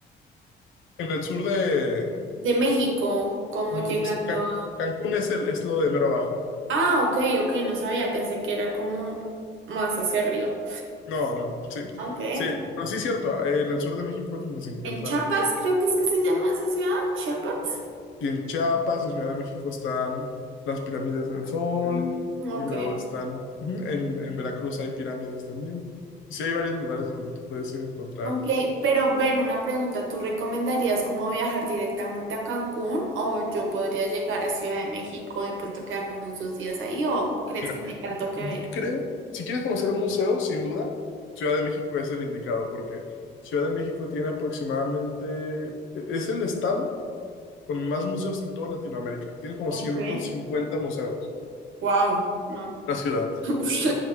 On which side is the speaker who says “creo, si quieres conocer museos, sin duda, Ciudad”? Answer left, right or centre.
Left